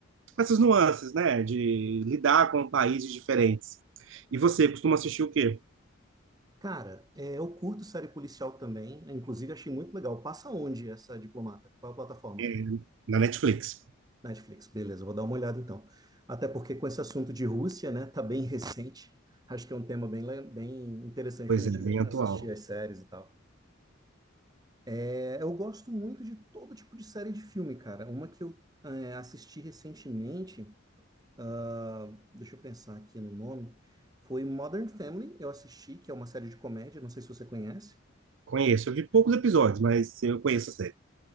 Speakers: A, on the right; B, on the right.
A: com essas nuances, né? De lidar com países diferentes. E você costuma assistir o quê?
B: Cara, é, eu curto série policial também. Inclusive, achei muito legal. Passa onde essa diplomata? Qual é a plataforma?
A: É, na Netflix.
B: Netflix. Beleza, eu vou dar uma olhada então. Até porque com esse assunto de Rússia, né, tá bem <laughs> recente. Acho que é um tema bem, le- bem interessante
A: Pois
B: pra gente
A: é, bem atual.
B: assistir as séries e tal. É, eu gosto muito de todo tipo de série de filme, cara. Uma que eu é, assisti recentemente. ah, deixa eu pensar aqui no nome. Foi Modern Family, eu assisti, que é uma série de comédia, não sei se você conhece.
A: Conheço, eu vi poucos episódios, mas eu conheço a série.